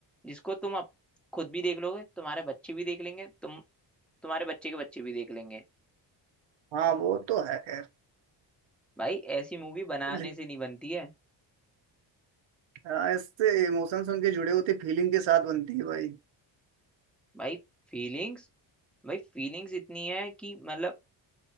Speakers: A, in the centre; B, on the right.
A: जिसको तुम अप, खुद भी देख लोगे तुम्हारे बच्चे भी देख लेंगे तुम तुम्हारे बच्चे के बच्चे भी देख लेंगे
B: हाँ वो तो है खैर
A: भाई ऐसी मूवी बनाने
B: लेकिन-
A: से नहीं बनती है
B: हाँ, इससे इमोशंस उनके जुड़े होते फीलिंग के साथ बनती है भाई
A: भाई फीलिंग्स भाई फीलिंग्स इतनी है कि मतलब